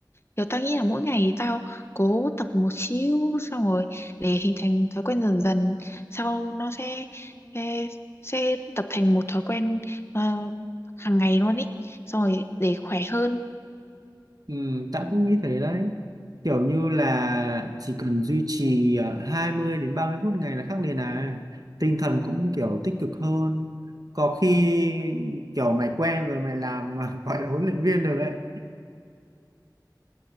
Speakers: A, on the left (about 35°); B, on the right (about 55°).
A: Kiểu tao nghĩ là mỗi ngày thì tao cố tập một xíu xong rồi để hình thành thói quen dần dần sau nó sẽ sẽ, sẽ tập thành một thói quen ờ, hàng ngày luôn ý xong rồi để khỏe hơn.
B: Ừ, tao cũng nghĩ thế đấy kiểu như là chỉ cần duy trì à, 20 đến 30 phút ngày là khác liền à tinh thần cũng kiểu tích cực hơn có khi kiểu mày quen rồi mày làm <laughs> gọi là huấn luyện viên được ấy